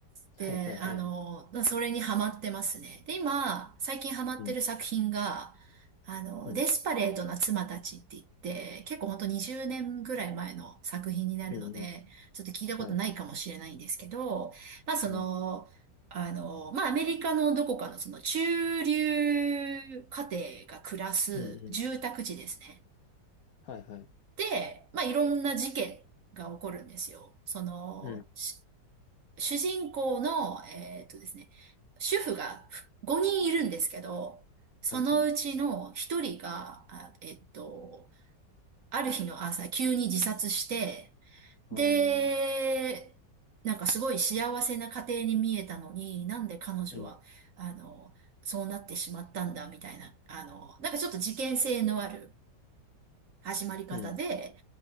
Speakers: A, on the right; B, on the left.
A: で、
B: はいはいはいはい。
A: あのー、それにハマってますね。で、今、最近ハマってる作品が、
B: うん。
A: あのー、
B: うん。
A: デスパレートな妻たちって言って、結構ほんと20年ぐらい前の作品になるので、
B: うんうん。
A: ちょっと聞いたことないかもしれないんですけど、
B: はい。
A: まあその、
B: うん。
A: あの、まあ、アメリカのどこかのその中流家庭が暮らす住宅地ですね。
B: うんうん。はいはい。
A: で、まあ、いろんな事件が起こるんですよ。その、
B: うん。
A: し主人公の、えっとですね、主婦が5人いるんですけど、そのうちの1人が、
B: はいはい。
A: あえっと、ある日の朝急に自殺して、
B: うん。
A: で、
B: あー
A: なんかすごい幸せな家庭に見えたのに、なんで彼女は、
B: うん。
A: あの、そうなってしまったんだ、みたいな、あの、なんかちょっと事件性のある始まり方で、
B: うん。